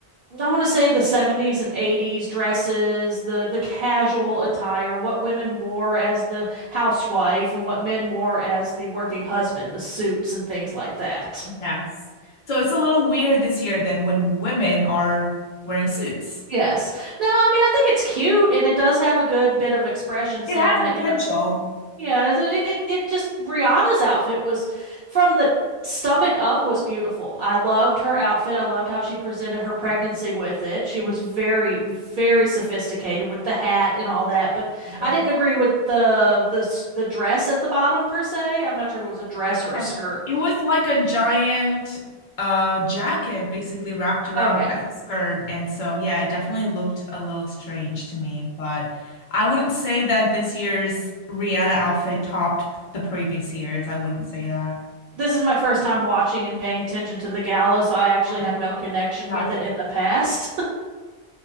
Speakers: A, on the right; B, on the left.
A: I want to say the 70s and 80s dresses, the the casual attire, what women wore as the housewife and what men wore as the working husband, the suits and things like that.
B: Yes. So it's a little weird this year then when women are wearing suits.
A: Yes. Now, I mean, I think it's cute and it does have a good bit of expression saying
B: It has
A: that,
B: potential.
A: you know, Yeah, it, it it it just Rihanna's outfit was from the stomach up was beautiful. I loved her outfit. I loved how she presented her pregnancy
B: Yes.
A: with it. She was
B: Mhm.
A: very, very sophisticated with the hat and all that. But
B: Yep.
A: I didn't agree with the the s- the dress at the bottom per se. I'm not sure if it was a dress or
B: Yes.
A: a skirt.
B: It was like a giant uh jacket basically wrapped around
A: Okay.
B: as a skirt. And so yeah, it definitely looked a little strange to me, but I wouldn't say that this year's Rihanna outfit topped p- the previous years. I wouldn't say that.
A: This is my first time watching and paying attention to the gala, so I actually
B: I
A: have no
B: see.
A: connection
B: Gotcha.
A: with it in the past.